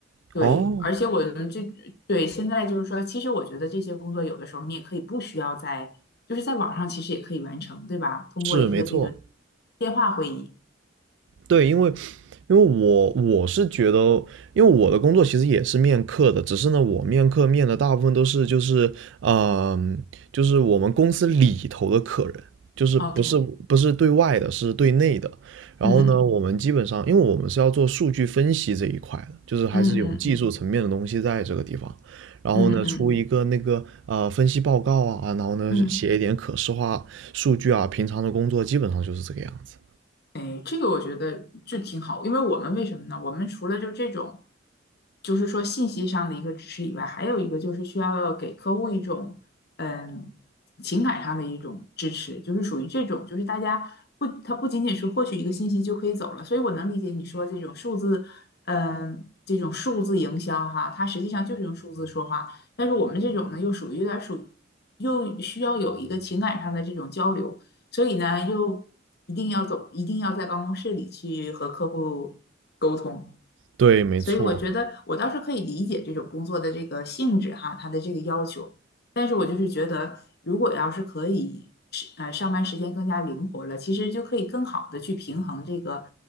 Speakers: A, on the left; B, on the right.
A: 对，
B: 哦，
A: 而且我们这对现在就是说，其实我觉得这些工作有的时候你也可以不需要在，就是在网上其实也可以完成，对吧？通过一个这个
B: 是没错。
A: 电话会议。
B: 对，因为因为我我是觉得，因为我的工作其实也是面客的，只是呢，我面客面的大部分都是就是嗯、就是我们公司里头的客人，就是不是不是对外的，
A: OK，
B: 是对内的。然后呢，
A: 嗯
B: 我们基本上，因为我们是要做数据分析这一块的，就是还是有技术层面的东西在这个地方。
A: 嗯嗯嗯
B: 然后呢，
A: 嗯嗯嗯。
B: 出一个那个呃分析报告啊，然后呢写一点可视化数据啊，
A: 嗯
B: 平常的工作基本上就是这个样子。
A: 哎，这个我觉得就挺好，因为我们为什么呢？我们除了就这种，就是说信息上的一个支持以外，还有一个就是需要给客户一种嗯情感上的一种支持，就是属于这种，就是大家不，他不仅仅是获取一个信息就可以走了，所以我能理解你说这种数字，嗯，这种数字营销哈，它实际上就是用数字说话，但是我们这种呢，又属于有点儿属于又需要有一个情感上的这种交流。所以呢，又一定要走，一定要在办公室里去和客户沟通。
B: 对，没错。
A: 所以我觉得我倒是可以理解这种工作的这个性质哈，它的这个要求。但是我就是觉得，如果要是可以是呃上班时间更加灵活了，其实就可以更好的去平衡这个